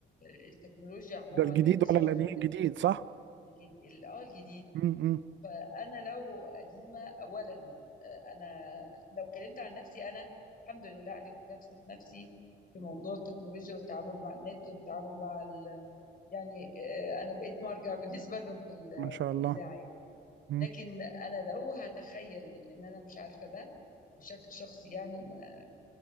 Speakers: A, on the left (about 45°); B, on the right (about 70°).
A: آه، التكنولوجيا عموما
B: ده الجديد
A: بيتصور
B: ولا القديم
A: ان
B: الجديد صح
A: الجديد ال- اه الجديد
B: م- م.
A: فانا لو قديمة اولا آه، انا لو اتكلمت عن نفسي انا الحمد لله علمت نفسي في نفسي في موضوع التكنولوجيا والتعامل مع النت والتعامل مع ال... يعني آه، انا بقيت مرجع <laughs> بالنسبة لهم في ال-
B: ما شاء
A: في
B: الله
A: الاذاعة يعني
B: م-
A: لكن انا لو هتخيل ان انا مش عارفه ده بشكل شخصي يعني ما-